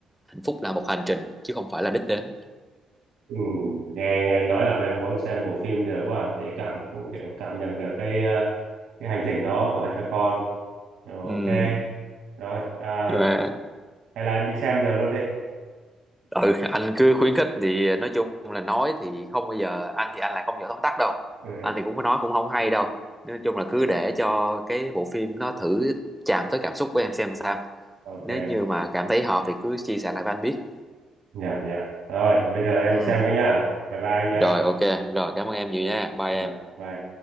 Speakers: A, in the centre; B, on the right.
A: hạnh phúc là một hành trình chứ không phải là đích đến
B: Ừ, nghe nghe anh nói làm em muốn xem bộ phim giờ quá à, để cảm cũng để mà cảm nhận được cái ờ, cái hành trình đó của hai cha con Ờ, ok
A: Ừ,
B: rồi à,
A: nhưng mà
B: hay là em đi xem giờ luôn đi
A: ừ, anh cứ khuyến khích thì nói chung là nói thì không bao giờ anh thì anh lại không giỏi tóm tắt đâu
B: ừ, ừ,
A: anh thì cũng có nói cũng không hay đâu nói chung là cứ để cho cái bộ phim nó thử chạm tới cảm xúc của em xem sao
B: ok
A: nếu như mà cảm thấy hợp thì cứ chia sẻ lại với anh biết
B: dạ dạ rồi bây giờ em
A: ừ.
B: đi xem cái nha bye bye anh nha
A: rồi ok rồi cảm ơn em nhiều nha bye em
B: rồi bye